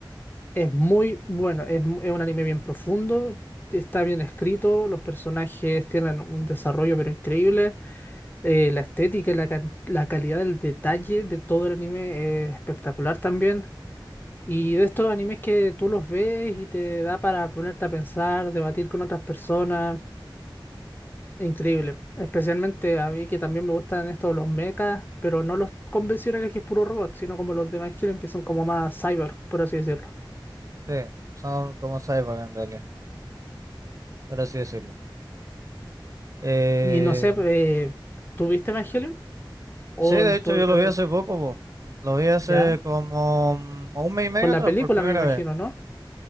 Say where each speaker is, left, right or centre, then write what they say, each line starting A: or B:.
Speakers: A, on the left (about 25°); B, on the right (about 40°).
A: Es muy bueno, es, mu- es un anime bien profundo, está bien escrito, los personajes tienen un desarrollo pero increíble, eh, la estética y la, can- la calidad del detalle de todo el anime es espectacular también. Y de estos animes que tú los ves y te da para ponerte a pensar, debatir con otras personas, increíble. Especialmente a mí que también me gustan estos los mechas, pero no los convencionales que es puro robot, sino como los de Evangelion que son como más cyber, por así decirlo.
B: Sí, son como cyborg en realidad, por así decirlo. Eh,
A: Y no sé, eh, ¿tuviste Evangelion? O
B: sí, de
A: no,
B: hecho
A: to-
B: yo lo vi hace
A: eh,
B: poco, po. Lo vi hace
A: ya,
B: como mm, un mes y medio
A: con la
B: atrás,
A: película
B: por primera
A: me imagino,
B: vez.
A: ¿no?